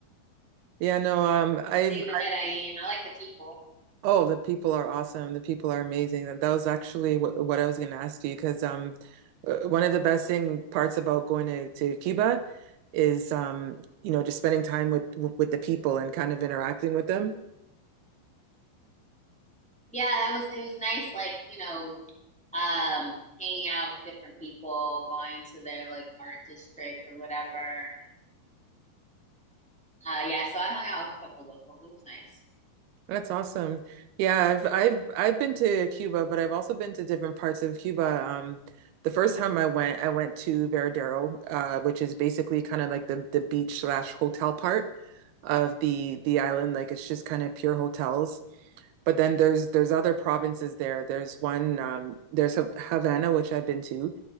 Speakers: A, on the right; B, in the centre.
A: Yeah, no, um, I've
B: Seeing the Medellin, I like the people.
A: oh, the people are awesome. The people are amazing. That that was actually what, what I was going to ask you because um, uh, one of the best thing parts about going to, to Cuba is um, you know, just spending time with with the people and kind of interacting with them.
B: Yeah, that was it was nice. Like you know, um, hanging out with different people, going to their like art district or whatever. Uh, yeah, so I hung out with a couple locals. It was nice.
A: That's awesome. Yeah, I've I've I've been to Cuba, but I've also been to different parts of Cuba. Um, the first time I went, I went to Veradero, uh, which is basically kind of like the the beach slash hotel part of the the island. Like it's just kind of pure hotels. But then there's there's other provinces there. There's one um, there's Ha- Havana, which I've been to,